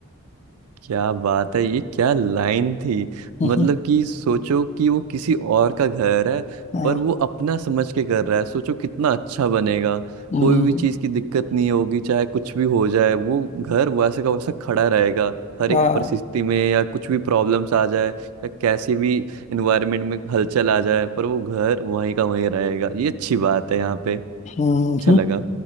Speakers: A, on the right; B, on the left.
A: क्या बात है ये क्या लाइन थी
B: हम्म,
A: मतलब कि सोचो कि वो किसी और का घर है
B: हाँ
A: पर वो अपना समझ के कर रहा है सोचो कितना अच्छा बनेगा
B: हम्म,
A: कोई भी चीज की दिक्कत नहीं होगी चाहे कुछ भी हो जाए वो घर वैसे का वैसा खड़ा रहेगा हर
B: हाँ
A: एक परिस्थिति में या कुछ भी प्रॉब्लम्स आ जाए या कैसी भी इन्वायरमेंट में हलचल आ जाए पर वो घर वहीं का वहीं रहेगा ये अच्छी बात है यहाँ पे
B: हम्म,
A: अच्छा लगा